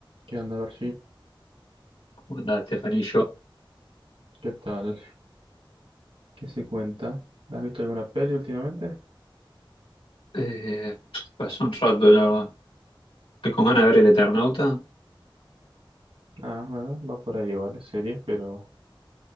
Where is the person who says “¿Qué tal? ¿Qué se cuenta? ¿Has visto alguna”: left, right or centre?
Right